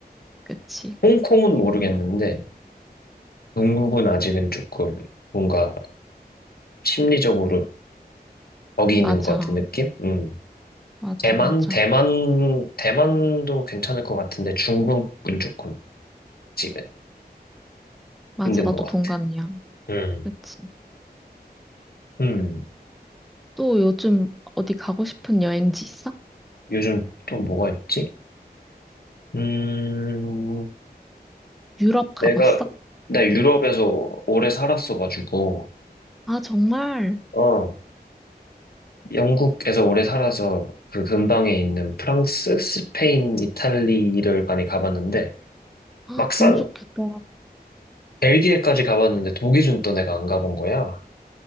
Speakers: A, in the centre; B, on the left.
A: 그치.
B: 홍콩은 모르겠는데 동국은 아직은 조금 뭔가 심리적으로 거기 있는
A: 맞아.
B: 것 같은 느낌? 응.
A: 맞아,
B: 대만,
A: 맞아.
B: 대만, 대만도 괜찮을 것 같은데 중국은 조금 지금
A: 맞아,
B: 힘든
A: 나도
B: 것 같아.
A: 동감이야.
B: 음
A: 그치.
B: 음
A: 또 요즘 어디 가고 싶은 여행지 있어?
B: 요즘 또 뭐가 있지? 음,
A: 유럽 가봤어?
B: 내가 나 유럽에서 오래 살았어가지고.
A: 아, 정말?
B: 어, 영국에서 오래 살아서 그 근방에 있는 프랑스, 스페인, 이탈리를 많이 가봤는데
A: <gasps> 아,
B: 막상
A: 너무 좋겠다.
B: 벨기에까지 가봤는데 독일은 또 내가 안 가본 거야.